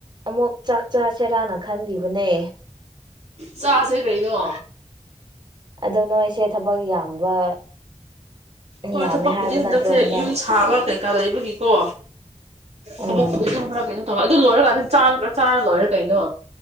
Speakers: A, on the right; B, on the right.
A: ꯑꯃꯨꯛ ꯆꯥꯛ ꯆꯁꯦꯔꯥꯅ ꯈꯟꯕꯤꯕꯅꯦ
B: ꯆꯥꯁꯦ ꯀꯩꯅꯩꯅꯣ
A: ꯑꯗꯣ ꯅꯣꯏꯁꯦ ꯊꯕꯛ ꯌꯥꯝꯕ
B: ꯍꯣꯏ
A: ꯌꯥꯝꯃꯦ
B: ꯊꯕꯛꯄꯨꯗꯤ
A: ꯍꯥꯏꯕ
B: ꯍꯟꯗꯛꯁꯦ
A: ꯅꯠꯇ꯭ꯔꯣ ꯍꯟꯗꯛ
B: ꯌꯨꯝ ꯁꯥꯕ ꯀꯩꯀꯥ ꯂꯩꯕꯒꯤꯀꯣ
A: ꯎꯝ
B: ꯊꯕꯛ ꯑꯗꯨꯝ ꯈꯔ ꯀꯩꯅꯣ ꯇꯧꯋꯦ ꯑꯗꯨ ꯂꯣꯏꯔꯀꯥꯟꯗ ꯆ ꯆꯥꯔ ꯂꯣꯏꯔꯦ ꯀꯩꯅꯣ